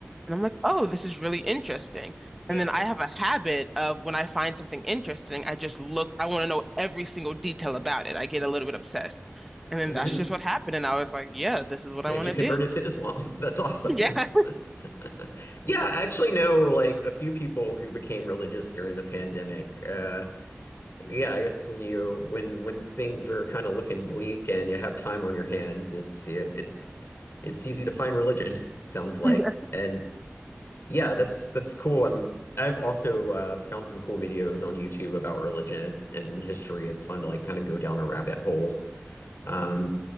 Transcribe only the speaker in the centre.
And I'm like, oh, this is really interesting.
And then I have a habit of when I find something interesting, I just look, I want to know every single detail about it. I get a little bit obsessed. And then
that's just what happened. And I was like, yeah, this is what I
want
to
do.
<laughs>
Yeah.